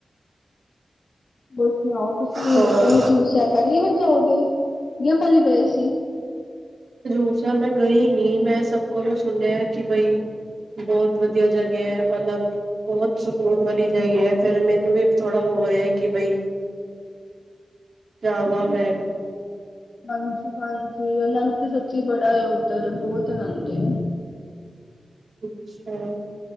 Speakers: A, on the left (about 65°); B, on the right (about 75°).
A: <unintelligible> ਸੁਣਾਉ, ਤੁਸੀਂ ਇਹ
B: ਹੋਰ
A: ਹਜ਼ੂਰ ਸਾਹਿਬ ਪਹਿਲੀ ਵਾਰ ਜਾਉਗੇ। ਜਾਂ ਪਹਿਲੇ ਗਏ ਸੀ।
B: ਹਜ਼ੂਰ ਸਾਹਿਬ ਮੈਂ ਗਈ ਨੀ, ਮੈਂ ਸਭ ਕੋਲੋਂ ਸੁਣਿਆ ਕਿ ਬਈ ਬਹੁਤ ਵਧੀਆ ਜਗ੍ਹਾ ਏ, ਮਤਲਬ ਬਹੁਤ ਸਕੂਨ ਵਾਲੀ ਜਗ੍ਹਾ ਏ, ਫਿਰ ਮੈਨੂੰ ਵੀ ਥੋੜਾ ਹੋ ਰਿਹਾ ਕਿ ਬਈ ਜਾਵਾਂ ਮੈਂ ਵੀ
A: ਹਾਂਜੀ ਹਾਂਜੀ, ਉਹਨਾਂ ਨੂੰ ਸੱਚੀ ਬੜਾ ਉੱਧਰ ਬਹੁਤ ਆਉਦੇ ਆ।
B: ਅੱਛਾ।